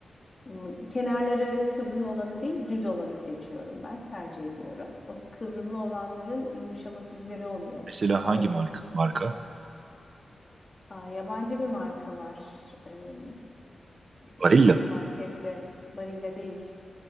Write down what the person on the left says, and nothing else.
Hmm, Kenarları kıvrımlı olanı değil, düz olanı seçiyorum ben, tercih ediyorum. O kıvrımlı olanların yumuşaması güzel olmuyor.
Daha
Aa, yabancı bir marka var. Ee,
bir büyük markette. Barilla değil.